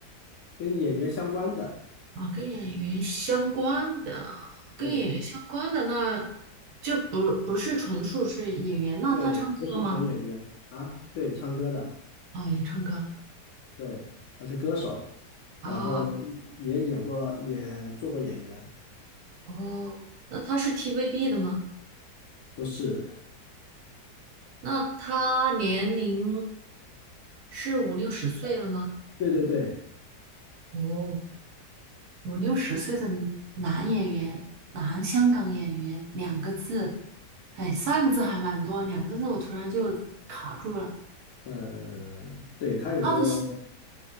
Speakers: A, on the left; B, on the right.
A: 跟演员相关的，
B: 啊，跟演员相关的，跟演员相关的那
A: 对
B: 就不不是纯属是演员，那他唱歌吗？
A: 对，不是纯演员啊，对，唱歌的，
B: 啊，也唱歌
A: 对，他是歌手，
B: 啊，
A: 然后也演过，也做过演员，
B: 哦，那他是 TVB 的吗？
A: 不是，
B: 那他年龄是五六十岁了吗？
A: 对对对。
B: 哦，五六十岁的男演员，男香港演员，两个字，哎，三个字还蛮多，两个字我突然就卡住了。
A: 嗯，对，他有个
B: 他的戏